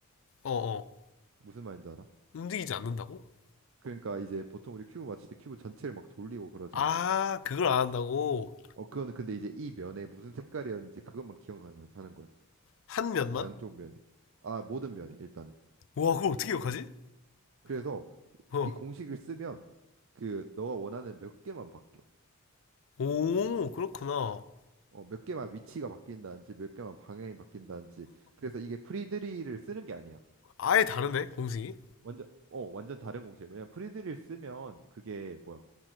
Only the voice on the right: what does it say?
무슨 말인지 알아?
그러니까 이제 보통 우리 큐브 맞출 때 큐브 전체를 막 돌리고 그러잖아.
어, 그거는 근데 이제 이 면에 무슨 색깔이었는지 그것만 기억하는 하는 거야.
양쪽 면에. 아, 모든 면에 일단은.
그래서
이 공식을 쓰면 그 너가 원하는 몇 개만 바뀌어.
어, 몇 개만 위치가 바뀐다든지 몇 개만 방향이 바뀐다든지 그래서 이게 프리드리를 쓰는 게 아니야.
완전 어 완전 다른 공식이야. 왜냐면 프리드리를 쓰면 그게 뭐야?